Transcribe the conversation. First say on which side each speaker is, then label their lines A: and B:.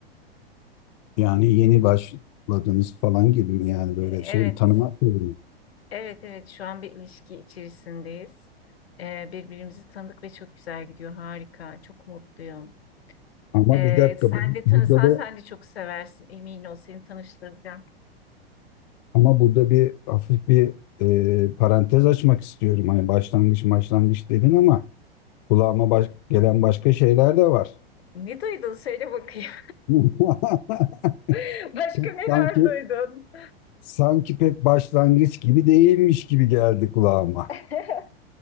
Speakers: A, on the left (about 45°); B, on the left (about 80°).
A: Yani yeni başladınız falan gibi mi? Yani böyle
B: E,
A: şey
B: Evet,
A: mi? Tanımak gibi mi?
B: evet, evet. Şu an bir ilişki içerisindeyiz. E, birbirimizi tanıdık ve çok güzel gidiyor. Harika, çok mutluyum.
A: Ama
B: E,
A: bir dakika
B: sen
A: bu-
B: de
A: burada
B: tanısan
A: da
B: sen de çok seversin. Emin ol, seni tanıştıracağım.
A: ama burada bir hafif bir e, parantez açmak istiyorum. Hani başlangıç başlangıç dedin ama kulağıma baş- gelen başka şeyler de var.
B: Ne duydun? Söyle bakayım.
A: <laughs>
B: <laughs> Başka neler
A: Sanki
B: duydun?
A: sanki pek başlangıç gibi değilmiş gibi geldi kulağıma.
B: <laughs>